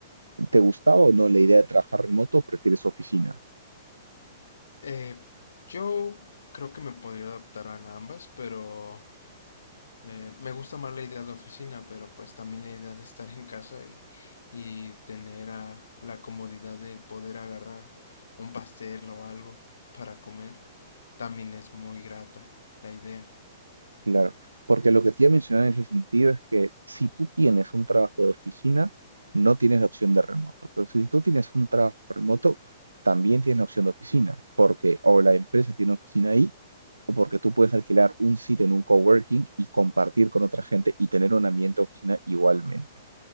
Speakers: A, on the right; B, on the left.
A: te gustaba o no la idea de trabajar remoto, o prefieres oficina.
B: Eh, yo creo que me podría adaptar a ambas, pero... Eh, me gusta más la idea de oficina, pero pues también la idea de estar en casa y, y tener ah, la comodidad de poder agarrar un pastel o algo para comer, también es muy grata la idea.
A: Claro, porque lo que te iba a mencionar en ese sentido es que si tú tienes un trabajo de oficina, no tienes la opción de remoto, pero si tú tienes un trabajo remoto, también tienes la opción de oficina, porque o la empresa tiene oficina ahí, o porque tú puedes alquilar un sitio en un coworking y compartir con otra gente y tener un ambiente de oficina igualmente.